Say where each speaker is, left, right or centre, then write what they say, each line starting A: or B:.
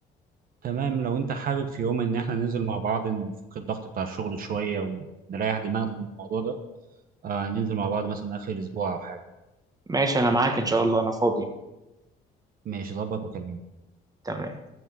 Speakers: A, on the right (about 60°); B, on the right (about 20°).
A: تمام لو انت حابب في يوم ان احنا ننزل مع بعض نفك الضغط بتاع الشغل شوية ونريح دماغنا من الموضوع ده آه ننزل مع بعض مثلا اخر الاسبوع او حاجة
B: ماشي انا معاك ان شاء الله انا فاضي
A: ماشي ظبط وكلمني
B: تمام